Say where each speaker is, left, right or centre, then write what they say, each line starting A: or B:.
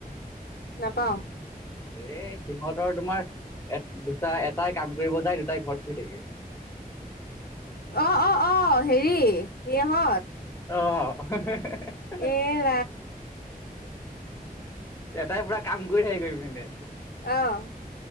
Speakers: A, on the left (about 80°); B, on the left (about 15°).
A: নাপাওঁ।
B: এ, সিহঁতৰ তোমাৰ দুটা এটাই কাম কৰিব যায়, দুটাই ঘৰত শুই থাকে।
A: অঁ' অঁ' অঁ' হেৰি ইহঁত।
B: অঁ'
A: এই-
B: এটাই পুৰা কাম কৰি থাকে গৈ ইপিনে।
A: অঁ'